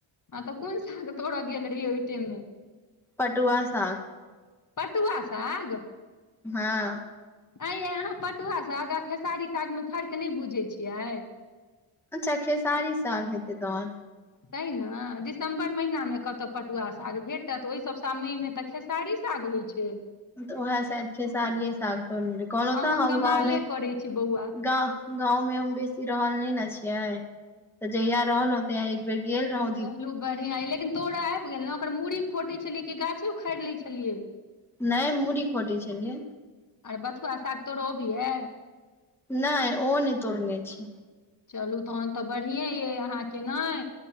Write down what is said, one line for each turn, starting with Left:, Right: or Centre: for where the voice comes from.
Left: आ त कोन साग तोड़ गेल‌ रहिये ओ टेम में
Centre: पटुआ साग
Left: पटुआ सााग
Centre: हँ
Left: अँ यइ अहाँ पटुआ साग आ खेसारी सागमे फर्क नहि बुझैत छियै
Centre: अच्छा खेसारी साग हेतै तहन
Left: त ने दिसम्बर महिनामे कतहु पटुआ साग भेटत ओहि सभ समय में तऽ खेत खैसारी साग होइ छै
Centre: तऽ उहै शायद खेसारीे साग त कोन होता
Left: अहूँ
Centre: हम
Left: कमाले
Centre: गाँवमे
Left: करै छी बौआ
Centre: ग गाँंवमें हम बेसी रहल नहि ने छियै तऽ जहिया रहल होतैया बेर गेले रहो
Left: चलू बढ़िया य लेकिन तोरअ आबि गेल ने ओकर मुर खोटे छलियै कि गाछै उखाड़ि लय छलियै
Centre: नै मूड़ी खोटै छलियै
Left: और बथुआ साग तोरो आबैय
Centre: नहि ओ नै तोरने छिये
Left: चलू तहन तऽ बढ़िए यइ अहाँके नै